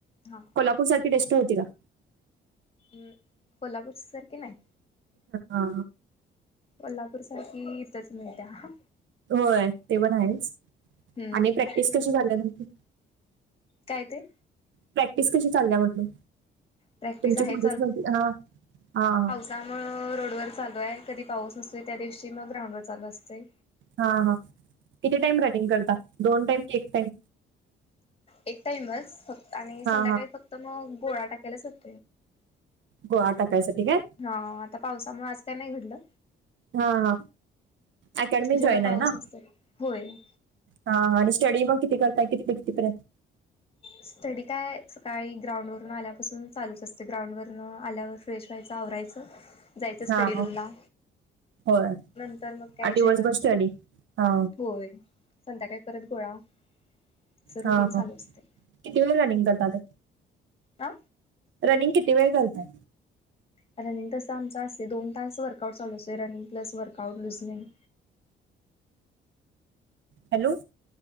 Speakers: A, on the left (about 30°); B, on the right (about 70°).
A: हा,
B: कोल्हापूर आरखी टेस्ट होती का.
A: हम्म कोल्हापूर सार की न्हाय.
B: हा
A: कोल्हापूर सारखी इथंच मिळत्या ह.
B: होय ते पण हायच
A: हम्म
B: आणि प्रॅक्टिस कशी झाल्या तुमची.
A: काय ते.
B: प्रॅक्टीस कशी चालल्या मम्हंटल
A: प्रॅक्टिस
B: तुमची
A: आहे
B: पुलिस भरती हां हां.
A: त्यामुळ अ रोडवर चालू हाय कधी पाऊस नसतोय त्या दिवशी मग ग्राउंडवर चालू असतय.
B: हा अ हा किती टाइम रगिंग करता दोन टाइम का एक टाइम.
A: एक टाइमच फक्त अ आणि संध्याकाळी
B: हा
A: फक्त मग अ गोळा टाकायलाच ज ''--''
B: गोळ टाकायसाठी काय.
A: हा अ आता पावसामुळे आज काय न्हाय घडलं.
B: हा हा अकॅडमी
A: जेव्हा
B: जॉईन
A: पाऊस
B: हाय ना.
A: नसतोय होय.
B: हा हा आणि स्टडी मग किती करताय कितीते कितीर्यंत.
A: स्टडी काय अ सकाळी ग्राउंडवरून आल्यापासून चालूच असतें ग्राउंडवरन अ आल्यावर. फ्रेश व्हायचं आवरायचं जायचं
B: हा
A: स्टडी
B: हा
A: रूमला.
B: होय
A: नंतर मग काय
B: आणि दिवसभर
A: जेवण
B: स्टडी हा
A: होय. संध्याकाळी परत गोळा असं रुटीन
B: हा
A: चालू
B: हा किती
A: असतंय.
B: वेळ म रनिंग करतात.
A: ता
B: रनिंग किती वेळ करताय?
A: रनिंग तसं आमच असतय दोन तास वर्कआउट चालू असतोय running plus workout, loosening
B: hello.